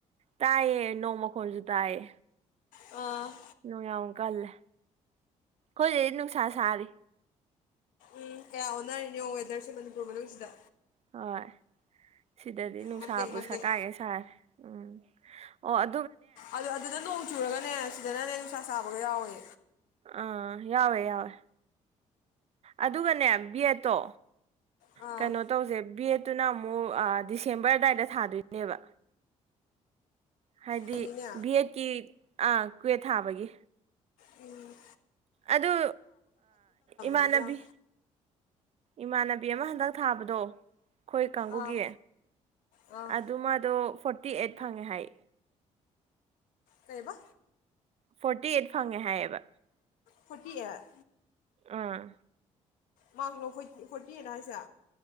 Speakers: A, on the right (about 50°); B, on the left (about 85°).
A: ꯇꯥꯏꯌꯦ ꯅꯣꯡ ꯃꯈꯣꯟꯁꯨ ꯇꯥꯏꯌꯦ
B: ꯑꯥ
A: ꯅꯨꯡ ꯌꯥꯝ ꯀꯜꯂꯦ ꯑꯩꯈꯣꯏ ꯅꯨꯡꯁꯥ ꯁꯥꯔꯤ
B: ꯎꯝ ꯀꯌꯥ ꯑꯣꯟꯅꯔꯤꯅꯣ ꯌꯦꯡꯉꯣ ꯃꯅꯤꯄꯨꯔꯒꯤ ꯇꯧꯕꯅꯦ ꯑꯁꯤꯗ
A: ꯍꯣꯏ ꯁꯤꯗꯗꯤ ꯅꯨꯡꯁꯥꯕꯨ
B: ꯃꯇꯦꯛ ꯃꯇꯦꯛ
A: ꯁꯀꯥꯏꯒꯩ ꯁꯥꯔꯦ ꯎꯝ ꯑꯣ ꯑ
B: ꯑꯗꯨ ꯑꯗꯨꯗ ꯅꯣꯡ ꯆꯨꯔꯒꯅꯦ ꯁꯤꯗꯅ ꯅꯦ ꯅꯨꯡꯁꯥ ꯁꯥꯕꯒ ꯌꯥꯎꯏ
A: ꯑꯥ ꯌꯥꯎꯋꯦ ꯌꯥꯎꯋꯦ ꯑꯗꯨꯒꯅꯦ ꯕꯦꯠꯗꯇꯣ
B: ꯑꯥ
A: ꯀꯩꯅꯣ ꯇꯧꯁꯦ ꯕꯤ ꯑꯦꯠ ꯑꯗꯨꯅ ꯑꯃꯨꯛ ꯗꯤꯁꯦꯝꯕꯔ ꯑ ꯑꯗꯨ ꯋꯥꯏꯗ ꯊꯥꯗꯣꯏꯅꯦꯕ ꯍꯥꯏꯗꯤ
B: ꯑꯗꯨꯅꯤꯅꯦ
A: ꯕꯤ ꯑꯦꯠꯀꯤ ꯑꯥ ꯀꯨꯋꯦꯠ ꯊꯥꯕꯒꯤ
B: ꯎꯝ
A: ꯑꯗꯨ ꯏꯃꯥꯟꯅꯕꯤ
B: ꯑꯩꯗꯤ ꯌꯥꯝ
A: ꯏꯃꯥꯟꯅꯕꯤ ꯑꯃ ꯍꯟꯗꯛ ꯊꯥꯕꯗꯣ ꯑꯩꯈꯣꯏ ꯀꯥꯡꯕꯨꯒꯤ
B: ꯑꯥ ꯑꯥ
A: ꯑꯗꯨ ꯃꯥꯗꯣ ꯐꯣꯔ ꯇꯤ ꯑꯩꯠ ꯐꯪꯉꯦ ꯍꯥꯏꯌꯦ
B: ꯀꯩꯕ
A: ꯐꯣꯔꯇꯤ ꯑꯩꯠ ꯐꯪꯉꯦ ꯍꯥꯏꯌꯦꯕ
B: ꯐꯣꯔꯇꯤ ꯑꯩꯠ
A: ꯑꯥ
B: ꯃꯥꯥ꯭ꯔꯛꯂꯣ ꯐꯣꯔꯇꯤ ꯑꯩꯠ ꯍꯥꯏꯁꯦ